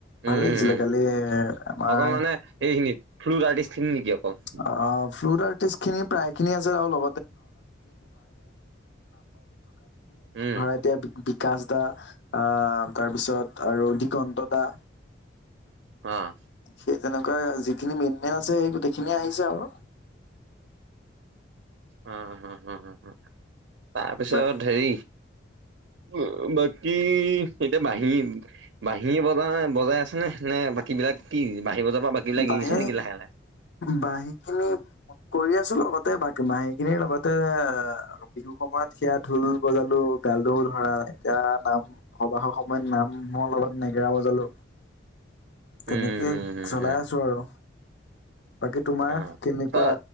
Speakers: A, on the right (about 70°); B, on the left (about 65°).
A: উম
B: ভাল লাগিছিলে।
A: উম উম
B: কালি আমাৰ
A: অকল <unintelligible>
B: <unintelligible> থকা যিখিনি এ, ধৰা,
A: উম
B: এতিয়া বিকাশ দা, আহ তাৰ ওচৰত আৰু দিগন্ত দা।
A: অ'।
B: সেই তেনেকুৱা যিখিনি মেইন, মেইন আছে সেই গোটেইখিনিয়ে আহিছে আৰু।
A: হা, হা, হা তাৰ পিছত
B: বাকী
A: হেৰি উম, বাকি এতিয়া নাহিম। বাঁহীয়ে বজাই, বজাই আছে নে, নে বাকী বিলাক কি বাঁহী বজাৰ পৰা বাকীবিলাক
B: বাঁহী
A: লাহে, লাহে।
B: বাঁহী খিনি কৰি আছোঁ, লগতে বাকী বাঁহী খিনিৰ লগতে বিহু সময়ত সেয়া ঢোল বজালো গালো ধৰা। এতিয়া নাম সবাহৰ সময়ত নামৰ লগত নেগেৰা বজালো।
A: উম
B: তেনেকেই
A: হম হম
B: চলাই
A: হম
B: আছোঁ আৰু। বাকী তোমাৰ
A: অ
B: কেনেকুৱা
A: ত